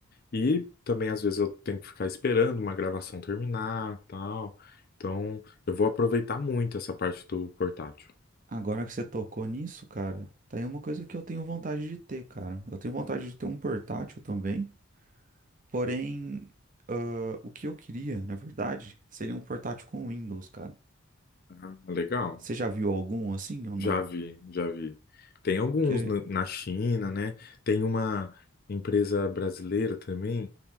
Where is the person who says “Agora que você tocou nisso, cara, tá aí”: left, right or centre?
Right